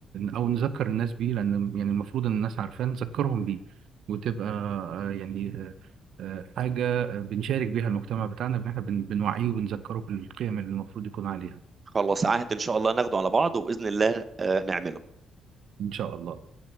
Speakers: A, on the right; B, on the right.
A: آه، او نذكر الناس بيه لان يعني المفروض ان الناس عارفاه نذكرهم بيه وتبقى آه، يعني آه، آه، حاجة آه، بنشارك بيها المجتمع بتاعنا ان احنا بن- بنوعيه وبنذكره بالقيم اللي المفروض يكون عليها
B: خلاص عهد ان شاء الله ناخده على بعض وباذن الله آه، نعمله
A: ان شاء الله